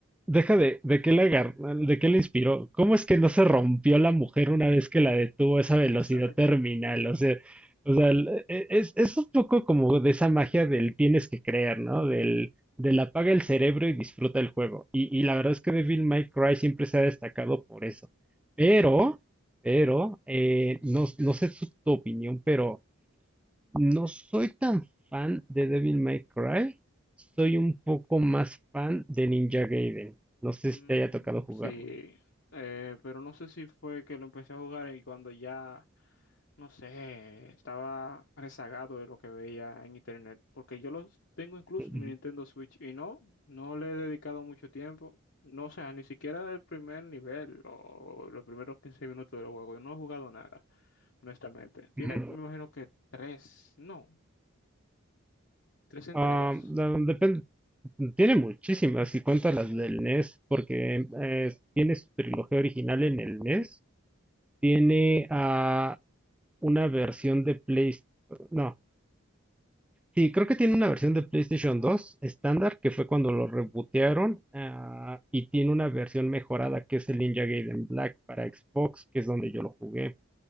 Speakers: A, in the centre; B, on the left.
A: deja de, de qué le agar- de qué le inspiró. ¿Cómo es que no se rompió la mujer una vez que la detuvo a esa velocidad
B: <laughs> Exacto.
A: terminal? O sea, o sea, el- e- es, es un poco como de esa magia del tienes que creer, ¿no? Del, del apaga el cerebro y disfruta el juego. Y, y la verdad es que Devil May Cry siempre se ha destacado por eso. Pero, pero, eh, no, no sé su- tu opinión, pero no soy tan fan de Devil May Cry, soy un poco más fan de Ninja Gaiden. No sé
B: Mm,
A: si te haya tocado jugarlo.
B: sí, eh, pero no sé si fue que lo empecé a jugar y cuando ya, no sé, estaba rezagado de lo que veía en internet, porque yo los tengo incluso
A: Ujú,
B: en mi Nintendo Switch y no, no le he dedicado mucho tiempo, no, o sea, ni siquiera el primer nivel o los primeros 15 minutos del juego, yo no he jugado nada, honestamente. Tiene,
A: ujú.
B: me imagino que tres, no, tres entregas.
A: Ah, no, depende. Tiene muchísimas,
B: ¿Mm?
A: y cuenta las del NES, porque eh, tiene su trilogía original en el NES, tiene ah, una versión de PlayStation, Sí, creo que tiene una versión de PlayStation 2 estándar, que fue cuando lo rebootearon, ah, y tiene una versión mejorada que es el Ninja Gaiden Black para Xbox, que es donde yo lo jugué.